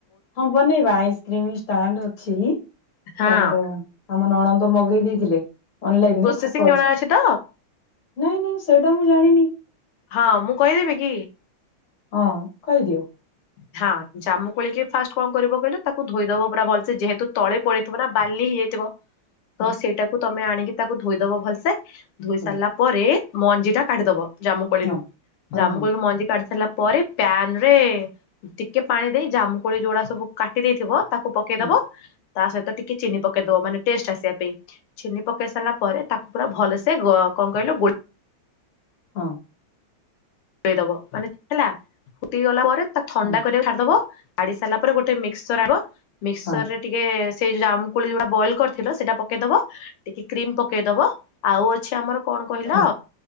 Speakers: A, on the left; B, on the left.
A: ହଁ, ବନେଇବା। ଆଇସ୍କ୍ରିମି ଷ୍ଟାଣ୍ଡ ଅଛି,
B: ହଁ
A: ତମୋର ଆମ ନଣନ୍ଦ ମଗେଇ ଦେଇଥିଲେ। ଅନଲାଇନ୍
B: ପ୍ରୋସେସିଂ
A: ରେ ଥାକ
B: ଜଣା
A: ଅଛି।
B: ତ
A: ନାଇଁ ନାଇଁ ସେଇଟା ମୁଁ ଜାଣିନି?
B: ହଁ, ମୁଁ କହିଦେବି କି?
A: ଅଁ କହିଦିଅ।
B: ହଁ, ଜାମୁ କୋଳିକି ଫାଷ୍ଟ କଣ କରିବ କହିଲ? ତାକୁ ଧୋଇଦବ ପୁରା ଭଲ୍ ସେ ଯେହେତୁ ତଳେ ପଡିଥିବ ନା, ବାଲି ହେଇଯାଇଥିବ।
A: <unintelligible>
B: ତ ସେଇଟାକୁ ତମେ ଆଣିକି ତାକୁ ଧୋଇଦବ ଭଲ୍ ସେ। ଧୋଇ
A: ହୁଁ
B: ସାରିଲା ପରେ ମଞ୍ଜି ଟା କାଢ଼ିଦବ। ଜାମୁ କୋଳିରୁୁ,
A: ହଁ
B: ଜାମୁ
A: ହଁ
B: କୋଳିରୁ ମଞ୍ଜି କାଢ଼ି ସାରିଲା, ପରେ ପ୍ୟାନ ରେ ଟିକେ ପାଣି ଦେଇ ଜାମୁକୋଳି ଯୋଉ ଗୁଡା ସବୁ କାଟି ଦେଇଥିବ। ତାକୁ ପକେଇଦବ।
A: ହଁ
B: ତା ସହିତ ଟିକେ ଚିନି ପକେଇ ଦବ। ମାନେ ଟେଷ୍ଟ ଆସିବା ପାଇଁ। ଚିନି ପକେଇ ସାରିଲା ପରେ, ତାକୁ ପୁରା ଭଲସେ ଗ କଣ କହିଲ ଗୋଳ
A: ହଁ।
B: ଫୁଟେଇ ଦବ ମାନେ ହେଲା, ଫୁଟି ଗଲା ପରେ ତା ଥଣ୍ଡା
A: ହଁ
B: କରିବାକୁ ଛାଡ଼ିଦବ। ଆଡି ସାରିଲା ପରେ, ଗୋଟେ ମିକ୍ସର ଆବ। ମିକ୍ସର
A: ହଁ
B: ରେ ଟିକେ ସେଇ ଯୋଉ, ଜାମୁକୋଳି ଯୋଉଟା ବଏଲ କରିଥିଲ। ସେଇଟା ପକେଇଦବ। ଟିକେ କ୍ରିମ୍ ପକେଇଦବ। ଆଉ ଅଛି, ଆମର କଣ କହିଲ?
A: ହଁ